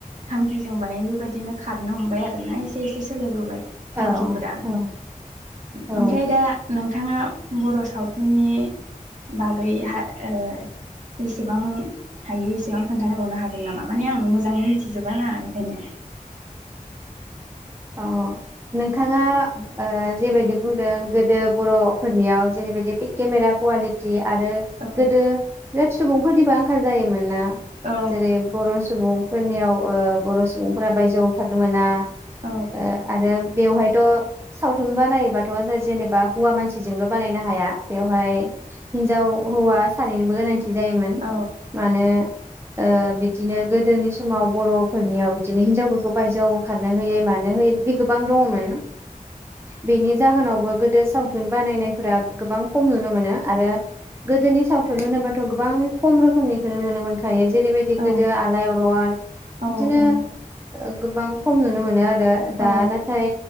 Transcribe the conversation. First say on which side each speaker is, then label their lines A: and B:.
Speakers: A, on the right; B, on the right.
A: थांखिजों बानाय बेबायदिनो खारनो हमबाय आरोना एसे एसे सोलायबोबाय थांखिफोरा
B: औ औ औ
A: ओमफ्राय दा नोंथाङा बर' सावथुननि बागै हा ओ जेसेबां हायो एसेबां खोन्थानोबावनो हागोन नामा माने आं मोजाङै मिथिजोबाना बेखायनो।
B: अ नों थाङा ओ
A: औ
B: जेबायदि बुंदों गोदो बर'फोरनियाव जेरैबाय दि बे केमेरा कुवालिटिया आरो
A: औ
B: गोदो बिराद सुबुं फोरनिबो आंखाल जायोमोन ना
A: औ
B: जेरै बर' सुबुं फोरनियाव ओ बर' सुबुंफोरा बायजोआव ओंखारनो मोना।
A: औ
B: आ आरो बेवहाय थ' सावथुन बानायोबाथ' जा जेनेबा हौवा मानसिजोंल' बानायनो हाया बेवहाय हिन्जाव हौवा सानैनोबो गोनांथि जायोमोन
A: औ
B: मानो ओ बिदिनो गोदोनि समाव बर'फोरनियाव बिदिनो हिनजाव खौ बायजोआव ओंखारनो होयै मानो होयि बिदि गोबां दंङमोन बेनि जाहोनावबो गोदो सावथुन बानायनायफोरा गोबां खम नुनो मोनो। आरो गोदोनि साव थुन होनोबाथ' गोबां खम रोखोमनिखौनो नुनो मोन खायो जेरैबायदि
A: औ ओं
B: गोदो आलाइअरन
A: ओ
B: बिदिनो
A: ओ
B: गोबां खम नुनो मोनो आरो दा
A: औ ओं
B: नाथाय